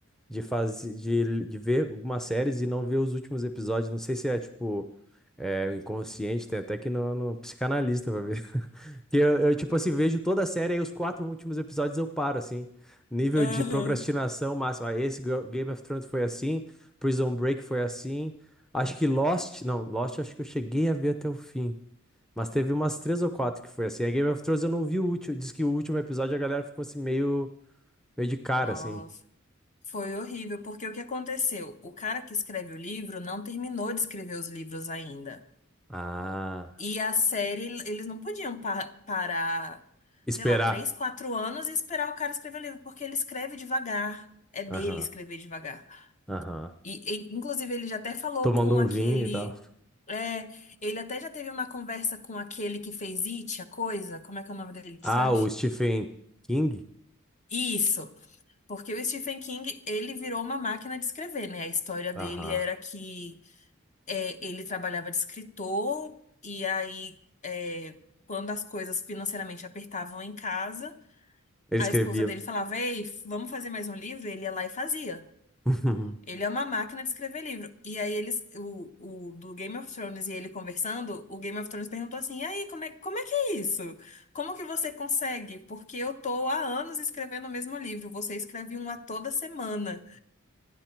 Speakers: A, in the centre; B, on the left (about 35°).
A: de, fazer, de, de ver algumas séries e não ver os últimos episódios. Não sei se é tipo. É, o inconsciente, tem até que no, no psicanalista pra ver. <laughs> Que eu, eu, tipo assim, vejo toda a série e os quatro últimos episódios eu paro, assim. Nível
B: Aham.
A: de procrastinação máximo. Ah, Esse Go- Game of Thrones foi assim, Prison Break foi assim. Acho que Lost, não, Lost acho que eu cheguei a ver até o fim. Mas teve umas três ou quatro que foi assim. A Game of Thrones eu não vi o último. Diz que o último episódio a galera ficou assim meio, meio de cara,
B: Nossa,
A: assim.
B: foi horrível, porque o que aconteceu? O cara que escreve o livro não terminou de escrever os livros ainda.
A: Ah,
B: E a série, eles não podiam pa- parar,
A: esperar.
B: sei lá, três, quatro anos e esperar o cara escrever o livro, porque ele escreve devagar. É dele
A: Aham,
B: escrever devagar.
A: aham.
B: E, e, inclusive, ele já até falou
A: Tomando
B: com
A: um
B: aquele.
A: vinho e tal.
B: É, ele até já teve uma conversa com aquele que fez It, a coisa. Como é que é o nome dele,
A: Ah,
B: sabes?
A: o Stephen King?
B: Isso, porque o Stephen King, ele virou uma máquina de escrever, né? A história dele
A: Aham.
B: era que é, ele trabalhava de escritor, e aí, é, quando as coisas financeiramente apertavam em casa,
A: Ele
B: a
A: escrevia.
B: esposa dele falava: Ei, vamos fazer mais um livro? ele ia lá e fazia.
A: <laughs>
B: Ele é uma máquina de escrever livro. E aí eles, o, o do Game of Thrones e ele conversando, o Game of Thrones perguntou assim: "E aí, como é, como é que é isso? Como que você consegue? Porque eu tô há anos escrevendo o mesmo livro, você escreve um a toda semana".